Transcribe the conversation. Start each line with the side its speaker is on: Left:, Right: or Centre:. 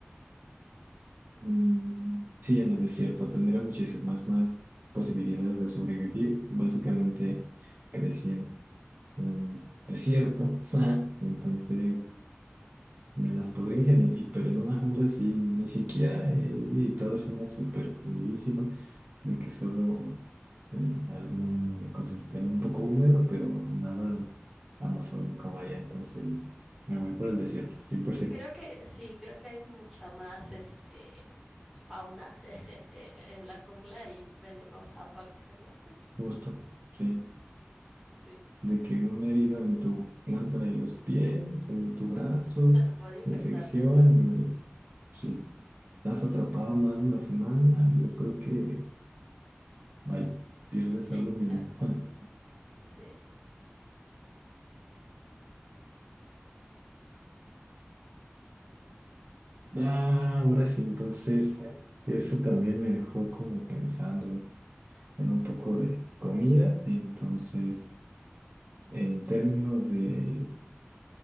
Right: Mm, Sí, en el desierto tendría muchísimas más posibilidades de sobrevivir. Básicamente crecí en un desierto, <laughs> entonces me las podría ingeniar, y- pero en una jungla sí, ni siquiera he visitado es una super junglísima de que solo eh, algún ecosistema un poco húmedo, pero nada amazónico vaya, entonces me voy por el desierto, cien por ciento
Centre: Creo que sí, creo que hay mucha más este fauna <laughs> en la jungla y venenosa aparte, ¿no?
Right: justo, sí.
Centre: Sí,
Right: de que una herida en tu planta de los pies, en tu brazo,
Centre: se te puede infectar
Right: infección,
Centre: bien rápido.
Right: y si estás atrapado más de una semana, yo creo que, vaya, pierdes
Centre: Sí,
Right: algo mínimo.
Centre: claro,
Right: <laughs>
Centre: sí.
Right: Ah, ahora sí, entonces, eso también me dejó como pensando en, en un poco de comida, entonces, en términos de